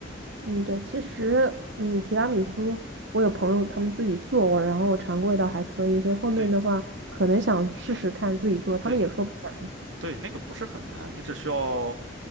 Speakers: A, on the right (about 65°); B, on the right (about 85°).
A: 嗯，对，其实嗯，提拉米苏我有朋友他们自己做过，然后我尝过，味道还可以，所以后面的话可能想试试看自己做，
B: 对
A: 他们也说不难。
B: 对对，那个不是很难，你只需要